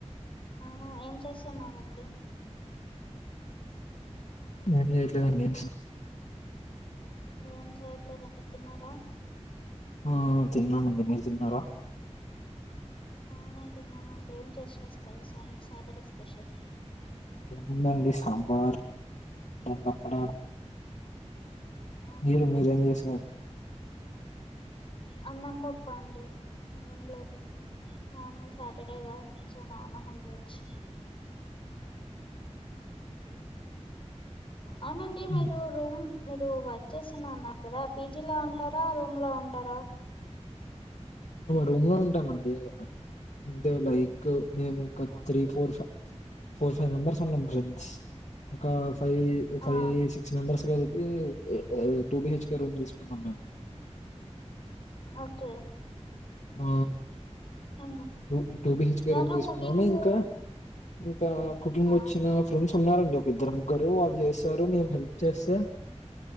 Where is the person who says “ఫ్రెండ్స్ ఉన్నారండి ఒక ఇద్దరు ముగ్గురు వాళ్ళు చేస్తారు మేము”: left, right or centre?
Left